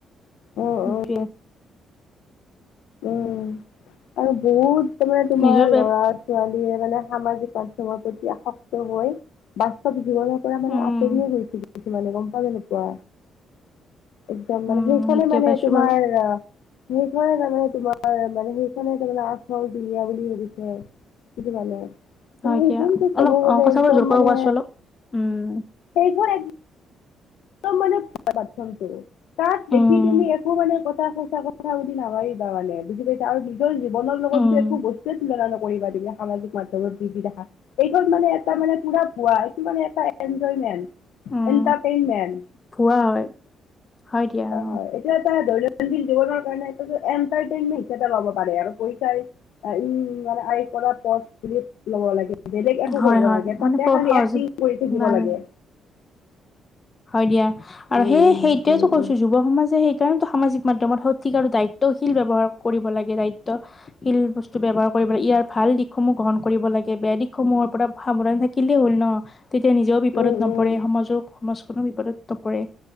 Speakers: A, on the left; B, on the left.
A: উম
B: সেইটোৱে
A: উম আৰু বহুতো মানে তোমাৰ
B: নিজৰ বে
A: লৰা ছোৱালীয়ে মানে সামাজিক মাধ্যমত প্ৰতি আসক্ত হৈ বাস্তৱ জীৱনৰ পৰা মানে
B: উম
A: আঁতৰিয়ে গৈছে মানে গম পোৱা নে নোপোৱা একদম
B: উম
A: মানে সেইখনে
B: সেইটোৱে
A: মানে
B: পাইছো
A: তোমাৰ
B: বাৰু
A: কি কৰে জানো। তোমাৰ মানে সেইখনে তাৰমানে আচল দুনীয়া বুলি ভাবিছে সেইটো কাৰণে মান
B: হয় এতিয়া
A: সেইখনতো ক'ব
B: অলপ
A: গলে
B: অ কথাবোৰ
A: একদম
B: জোৰকৈ
A: মানে
B: কোৱাচোন অলপ উম
A: সেইখন ত' মানে <unintelligible> তাত দেখি
B: উম
A: তুমি একো মানে কথা সচা কথা বুলি নাভাবিবা মানে আৰু নিজৰ জীৱনৰ লগতো
B: উম
A: একো বস্তুৱে তুলনা নক কৰিব দিবা, সামাজিক মাধ্যমত বৃদ্ধি দেখা এইখন মানে এটা মানে পুৰা ভুৱা এইটো মানে এটা এনজয়মেণ্ট।
B: উম
A: এন্টাৰটেইনমেন্ট
B: ভুৱা হয় হয় দিয়া অহ
A: হয় এইটো দৈনন্দিন জীৱনৰ কাৰণে এইটো টো এন্টাৰটেইনমেন্ট হিচাপে ল'ব পাৰে আৰু পইচাই উম মানে আই কনত পথ খুলি ল'ব লাগে বেলেগ একো
B: হয়
A: কৰিব
B: হয়
A: নালাগে
B: মানে
A: তাতে
B: সহজ
A: খালি একটিং কৰি থাকিব
B: নালাগে
A: লাগে
B: হয় দিয়া আৰু
A: উম
B: সেই সেইটোৱেতো
A: উম
B: কৈছো যুৱ সমাজে সেই সামাজিক মাধ্যমত সঠিক আৰু দায়িত্বশীল ব্যৱহাৰ কৰিব লাগে। দায়িত্বশীল বস্তু ব্যৱহাৰ ইয়াৰ ভাল দিশসমূহ গ্ৰহণ কৰিব লাগে বেয়া দিশসমূহৰ পৰা সাৱধান থাকিলেই হ'ল ন তেতিয়া নিজেও বিপদত
A: উম উম
B: নপৰে,
A: উম
B: সমাজো সমাজখনো বিপদত নপৰে।